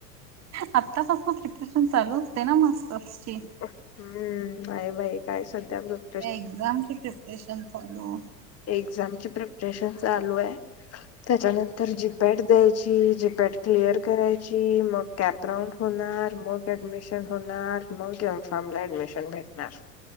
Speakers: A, on the right (about 30°); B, on the left (about 30°).
A: आत्तापासून मग प्रिपरेशन चालू असते ना मास्टर्स ची.
B: हम्म बाय बाई काय सध्या मृत्-
A: एक्झामची प्रिपरेशन चालू.
B: एक्झाम ची प्रिपरेशन चालू आहे त्याच्यानंतर जीपॅट द्याय- ची जपॅट क्लिअर करायची मग कॅप राऊंड होणार मग ऍडमिशन होणार. मग एम फार्म ला ऍडमिशन भेटणार.